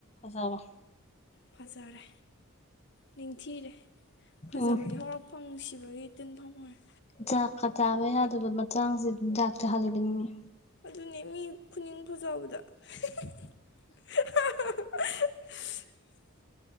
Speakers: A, on the left (about 30°); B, on the left (about 50°).
A: ꯖꯕ
B: ꯐꯖꯔꯦ ꯅꯤꯡꯊꯤꯔꯦ ꯐꯖꯕꯒꯤ
A: ꯎꯝ
B: ꯍꯧꯔꯛꯐꯝ ꯅꯨꯡꯁꯤꯕꯒꯤ ꯇꯤꯟꯐꯝ ꯑꯣꯏꯔꯦ
A: ꯆꯥꯛꯀ ꯆꯥꯕ ꯌꯥꯗꯕ ꯃꯇꯥꯡꯁꯦ ꯆꯥꯛ ꯆ ꯂꯩ
B: ꯑꯗꯨꯅꯦ ꯃꯤ ꯈꯨꯅꯤꯡ ꯐꯖꯕꯗ <unintelligible>